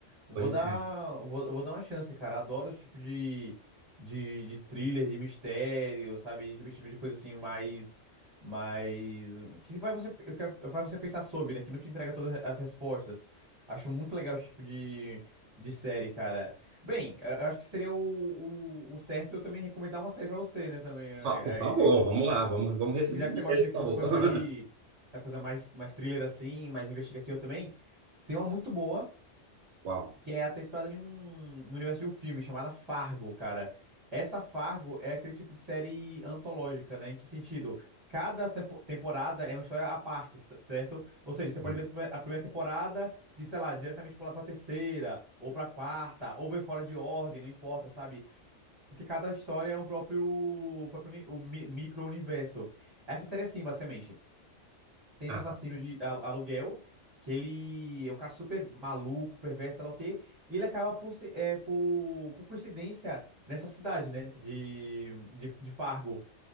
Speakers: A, on the right (about 25°); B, on the right (about 80°).
A: Vou
B: Pois
A: dar,
B: é.
A: vou, vou dar uma chance, cara. Adoro esse tipo de, de, de thriller, de mistério, sabe? Esse tipo de coisa assim, mais, mais que vai você, eu quero- faz você pensar sobre, né? Que não te entrega todas as respostas. Acho muito legal esse tipo de, de série, cara. Bem, eu eu acho que seria o, o, o certo eu também recomendar uma série pra você, né? Também, É,
B: Fa- Por favor,
A: é, é é uma-
B: vamos lá, vamos vamos retribuir,
A: já que você gosta
B: por
A: de-
B: favor.
A: dessa coisa
B: <laughs>
A: mais de, dessa coisa mais, mais thriller assim, mais investigativa também. Tem uma muito boa.
B: Uau,
A: Que é até inspirada em um, no universo de um filme chamada Fargo, cara. Essa Fargo é aquele tipo de série antológica, né? Em que sentido? Cada tempo- temporada é uma história à parte, c- certo? Ou seja, você
B: entendi.
A: pode ver a prime- a primeira temporada e, sei lá, diretamente pular pra terceira, ou pra quarta, ou ver fora de ordem, não importa, sabe? Porque cada história é um próprio, próprio uni- o mi- micro-universo. Essa série é assim, basicamente. Tem
B: Ah,
A: esse assassino
B: tá,
A: de al- aluguel, que ele é um cara super maluco, perverso, sei lá o quê, e ele acaba por, se- é, por, por coincidência nessa cidade, né, de, de, de Fargo.